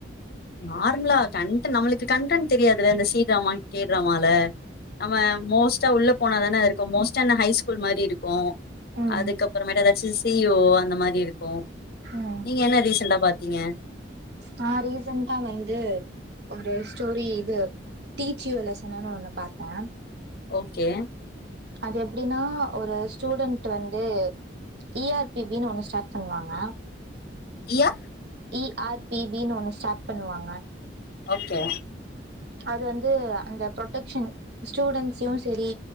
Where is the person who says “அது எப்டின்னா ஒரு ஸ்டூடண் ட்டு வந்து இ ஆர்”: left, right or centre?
Right